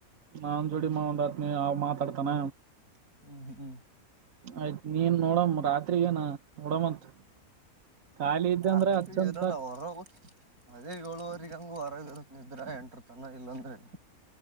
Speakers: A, on the right (about 65°); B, on the right (about 90°).
A: ಹ ಜೋಡಿ ಮಾ ಒಂದ ಆತ್ನ ಅವ ಮಾತಾಡ್ತಾನ
B: ಹ್ಮ್ ಹ್ಮ್
A: ಆಯ್ತ್ ನೀನ್ ನೋಡಮ ರಾತ್ರಿಗಏನ ನೋಡಮಂತ ಖಾಲಿ ಇದ್ದೆ
B: ರಾತ್ರಿ
A: ಅಂದ್ರ ಹಚ್ಚಂತ
B: ಇರಲ್ಲ ಹೊರ ಅದೇ ಏಳುವರೆಗ ಹಂಗ ಹೊರಗ ಇರುತ್ತ ನಿ ಇದ್ರ ಎಂಟ್ರ ತಾನ ಇಲ್ಲಾಂದ್ರ ಇಲ್ಲ